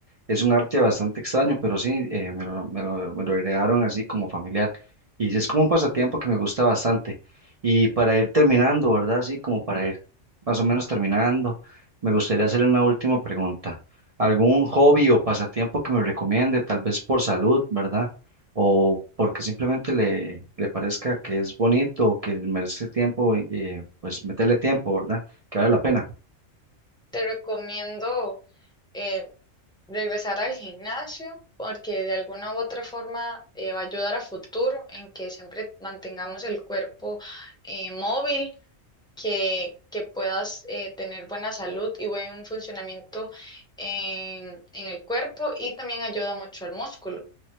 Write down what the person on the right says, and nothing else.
Es un arte bastante extraño, pero sí, eh, me lo, me lo- me lo heredaron así como familiar. Y sí, es como un pasatiempo que me gusta bastante. Y para ir terminando, ¿verdad? Así como para ir más o menos terminando, me gustaría hacerle una última pregunta. ¿Algún hobby o pasatiempo que me recomiende, tal vez por salud, ¿verdad? O porque simplemente le, le parezca que es bonito, que merece tiempo, eh, pues meterle tiempo, ¿verdad? Que vale la pena.